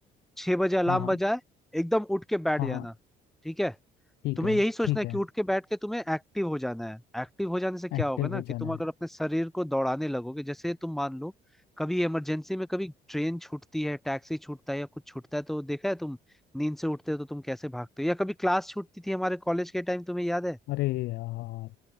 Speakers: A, in the centre; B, on the left.
A: छह बजे अलार्म
B: हाँ हाँ
A: बजाए एकदम उठ के बैठ
B: हाँ
A: जाना
B: हाँ
A: ठीक है
B: ठीक
A: तुम्हें
B: है
A: यही सोचना
B: ठीक
A: है कि
B: है
A: उठ के बैठ के तुम्हें एक्टिव हो जाना है एक्टिव हो जाने से क्या
B: एक्टिव
A: होगा ना
B: हो
A: कि
B: जाना
A: तुम
B: है
A: अगर अपने शरीर को दौड़ाने लगोगे जैसे तुम मान लो कभी इमरजेंसी में कभी ट्रेन छूटती है टैक्सी छूटता है या कुछ छूटता है तो देखा है तुम नींद से उठते हो तो तुम कैसे भागते हो या कभी क्लास छूटती थी हमारे कॉलेज के टाइम तुम्हें याद है
B: अरे यार